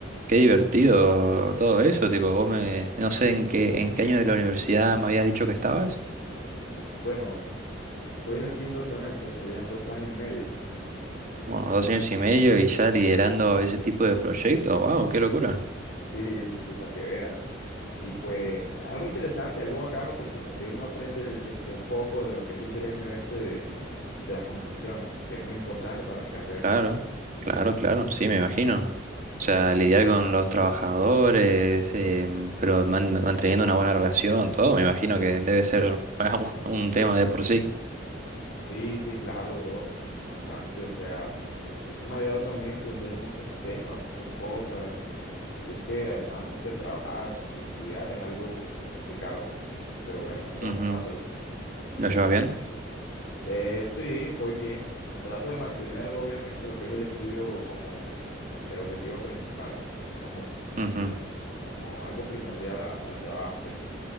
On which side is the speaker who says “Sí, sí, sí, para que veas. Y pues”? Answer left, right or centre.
Left